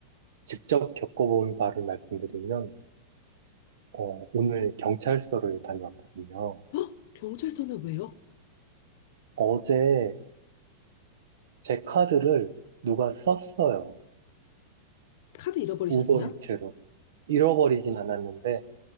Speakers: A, on the right; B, on the left.
A: 직접 겪어본 바를 말씀드리면, 어, 오늘 경찰서를 다녀왔거든요.
B: <laughs> 어? 경찰서는 왜요?
A: 어제 제 카드를 누가 썼어요.
B: 카드 잃어버리셨어요?
A: 우버이츠로. 잃어버리진 않았는데,